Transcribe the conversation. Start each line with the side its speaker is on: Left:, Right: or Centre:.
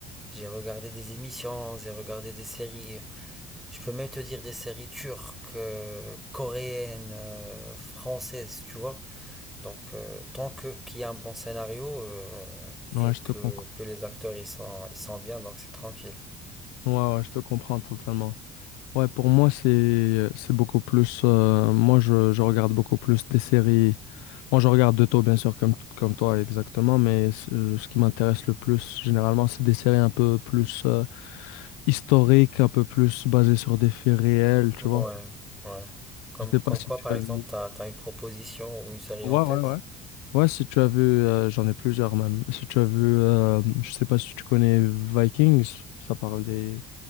Centre: j'ai regardé des émissions, j'ai regardé des séries. Je peux même te dire des séries turques, euh, coréennes, euh, françaises, tu vois. Donc, euh, tant que qu'il y a un bon scénario euh,
Left: Ouais,
Centre: et
Left: je
Centre: que,
Left: te comprends.
Centre: que les acteurs ils sont, ils sont bien, donc c'est tranquille.
Left: Ouais, ouais, je te comprends totalement. Ouais, pour moi, c'est c'est beaucoup plus. euh, moi, je, je regarde beaucoup plus des séries. Moi, je regarde de tout, bien sûr, comme, comme toi, exactement. Mais ce euh, ce qui m'intéresse le plus, généralement, c'est des séries un peu plus euh, historiques, un peu plus basées sur des faits réels, tu
Centre: Ouais,
Left: vois.
Centre: ouais. Comme,
Left: Je sais
Centre: comme
Left: pas si
Centre: quoi,
Left: tu
Centre: par
Left: as
Centre: exemple,
Left: vu.
Centre: t'as, t'as une proposition ou une série
Left: Ouais,
Centre: en tête?
Left: ouais, ouais. Ouais, si tu as vu, euh, j'en ai plusieurs même. Si tu as vu, euh, je sais pas si tu connais Vikings, ça parle des,